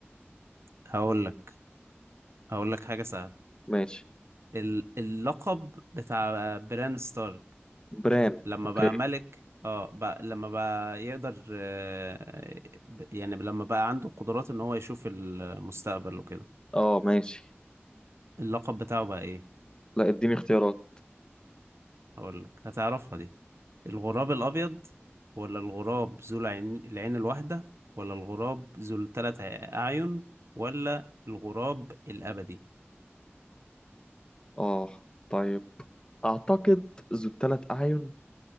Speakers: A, on the right (about 75°); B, on the left (about 20°).
A: هقول لك هقول لك حاجة سهلة
B: ماشي
A: ال- اللقب بتاع بران ستارك
B: بران
A: لما
B: اوكي
A: بقى ملك اه بقى لما بقى يقدر آه، ب- يعني لما بقى عنده قدرات ان هو يشوف المستقبل وكده
B: اه ماشي
A: اللقب بتاعه بقى ايه
B: لا اديني اختيارات
A: اقول لك هتعرفها دي الغراب الابيض ولا الغراب ذو العين العين الواحدة ولا الغراب ذو الثلاث اعين ولا الغراب الابدي
B: اه طيب اعتقد ذو الثلاث اعين